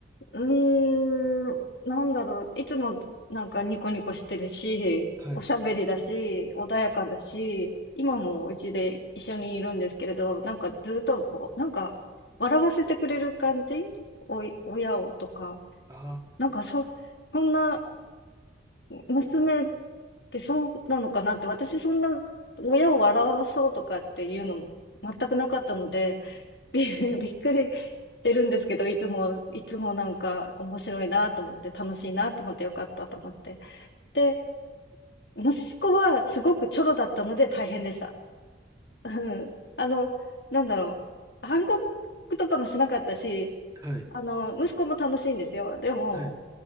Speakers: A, on the left (about 65°); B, on the right (about 20°).
A: ーん、なんだろう、いつもなんかニコニコしてるし、
B: はい。
A: おしゃべりだし、穏やかだし、今もうちで一緒にいるんですけれど、なんかずーっと、おなんか、笑わせてくれる感じおい、親をとか、
B: あ
A: なんかそ、そんな娘で、そうなのかなって、私そんな親を笑わそうとかっていうのも全くなかったので、び、<laughs> びっくりしてるんですけど、いつも、いつもなんか面白いなと思って、楽しいなと思ってよかったと思って。で、息子はすごくチョロだったので大変でした。うんあの、なんだろう。反抗とかもしなかったし、
B: あ。はい。
A: あの、息子も楽しいんですよ。でも、
B: はい。